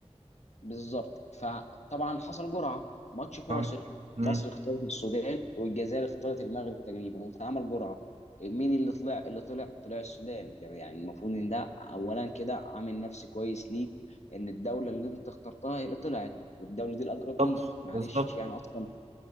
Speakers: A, on the left; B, on the right.
A: بالظبط فطبعا حصل جرعه ماتش فاصل
B: اه مم.
A: مصر اختارت السودان والجزائر اختارت المغرب تقريبا واتعمل جرعه مين اللي طلع اللي طلع طلع السودان يعني يعني المفروض ان ده اولا كده عامل نفسي كويس ليك ان الدوله اللي انت اخترتها هي اللي طلعت والدوله دي الاقرب
B: بالظبط
A: ليك معلش
B: بالظبط
A: يعني اصلا